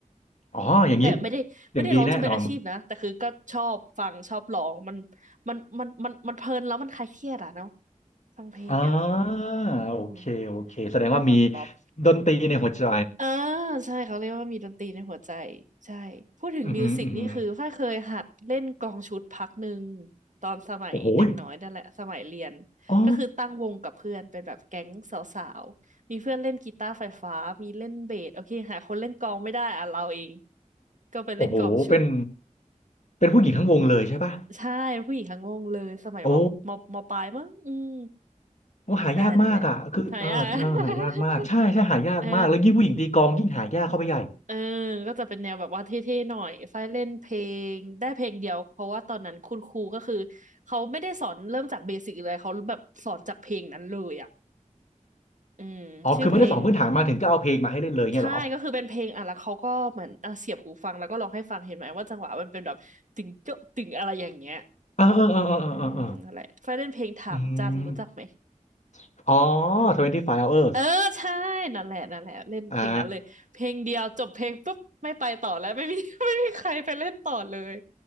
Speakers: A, on the left; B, on the right.
A: อ๋ออย่างนี้
B: แต่ไม่ได้ไม่ได้ร้องจนเป็นอาชีพนะแต่คือก็ชอบฟังชอบร้องมัน
A: อย่างดีแน่นอน
B: มันมันมันมันเพลินแล้วมันคลายเครียดอ่ะเนาะฟังเพลงอ่ะ
A: อ่า
B: อืม
A: โอเคโอเคแสดงว่ามี
B: ได้ฟังป๊อป
A: ดนตรีในหัวใจ
B: อ่าใช่เขาเรียกว่ามีดนตรีในหัวใจใช่พูดถึงมิวสิกนี่คือฝ้ายเคยหัดเล่นกลองชุดพักหนึ่ง
A: อืมอหืมออือหือ
B: ตอนสมัยเด็กน้อยนั่นแหละสมัยเรียน
A: โอ้โหยอ๋อ
B: ก็คือตั้งวงกับเพื่อนเป็นแบบแก๊งสาวๆมีเพื่อนเล่นกีตาร์ไฟฟ้ามีเล่นเบสโอเคหาคนเล่นกลองไม่ได้อ่ะเราเองก็ไปเล่นกลองชุด
A: โอ้โหเป็นเป็นผู้หญิงทั้งวงเลยใช่ป่ะ
B: ใช่ผู้หญิงทั้งวงเลยสมัยมมมปลายมั้งอืม
A: โอ้ โอ้หายากมากอ่ะคือเออเออหายากมากใช่ใช่หายากมาก
B: ใช่นั่นแหละหายาก <laughs> เออ
A: แล้วยิ่งผู้หญิงตีกลองยิ่งหายากเข้าไปใหญ่
B: เออก็จะเป็นแนวแบบว่าเท่ๆหน่อยฝ้ายเล่นเพลง ได้เพลงเดียว เพราะว่าตอนนั้นคุณครูก็คือเขาไม่ได้สอนเริ่มจากเบสิกเลยเขาแบบสอนจากเพลงนั้นเลยอ่ะอืม
A: อ๋อคือไม่ได้สอนพื้นฐานมาถึงก็เอาเพลงมาให้เล่นเลยเนี่ยเหรอ
B: ชื่อเพลง ใช่ก็คือเป็นเพลงอ่ะ แล้วเขาก็เหมือนอ่ะเสียบหูฟังแล้วก็ร้องให้ฟัง เห็นไหมว่าจังหวะมันเป็นแบบตึงโจ๊ะตึงอะไรอย่างเงี้ย
A: เออเออเออเออเออเออ
B: อืมนั่นแหละฝ้ายเล่นเพลงถามจันรู้จักไหม
A: อืมอ๋อ twenty five hours
B: เออใช่นั่นแหละนั่นแหละเล่นเพลงนั้นเลยเพลงเดียวจบเพลงปุ๊บไม่ไปต่อแล้วไม่มี
A: อ่า
B: <laughs> ไม่มีใครไปเล่นต่อเลย